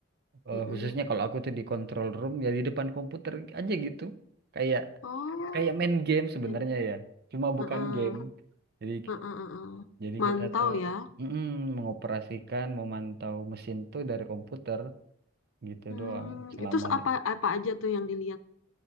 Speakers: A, on the right; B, on the left.
A: eh,
B: mm-mm.
A: khususnya kalau aku tuh di control room ya di depan komputer aja gitu. Kayak
B: Oh,
A: kayak main game sebenarnya
B: ini.
A: ya cuma bukan
B: Heeh.
A: game jadi
B: Heeh, heeh, heeh.
A: jadi
B: Mantau
A: kita tuh
B: ya.
A: mm, mengoperasikan memantau mesin tuh dari komputer gitu
B: Hmm,
A: doang selama
B: itu
A: d-
B: apa apa aja tuh yang dilihat?